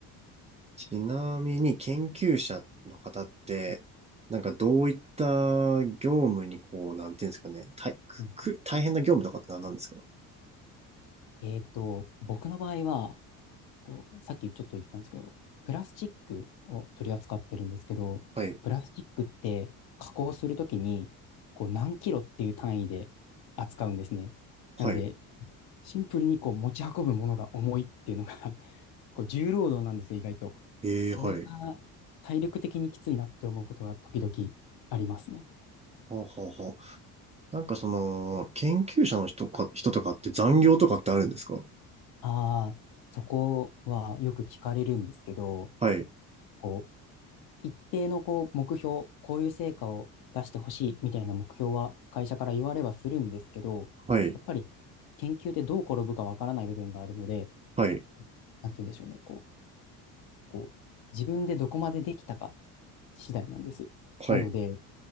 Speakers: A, on the right; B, on the left.
A: ちなみに研究者の方って、
B: はい
A: なんかどういった業務にこう、なんていうんですかね、大くく大変な業務とかって何なんですか
B: うんえっと、僕の場合は、こう、さっきちょっと言ったんですけど、プラスチックを取り扱ってるんですけど、
A: はい、
B: プラスチックって加工するときに、こう何キロっていう単位で扱うんですね。
A: はい、
B: なので、シンプルにこう持ち運ぶものが重いっていうのが <laughs> こう重労働なんですよ、意外と。
A: ええはい。
B: それが体力的にきついなって思うことが時々ありますね。
A: はあ、はあ、はあ。なんかその、研究者の人か、人とかって残業とかってあるんですか
B: ああ、そこはよく聞かれるんですけど、
A: はい、
B: こう、一定のこう目標、こういう成果を出してほしいみたいな目標は会社から言われはするんですけど、
A: はい、
B: やっぱり研究でどう転ぶかわからない部分があるので、
A: はい、
B: こうなんて言うんでしょうね、こう、こう、自分でどこまでできたか次第なんです。
A: はい。
B: なので、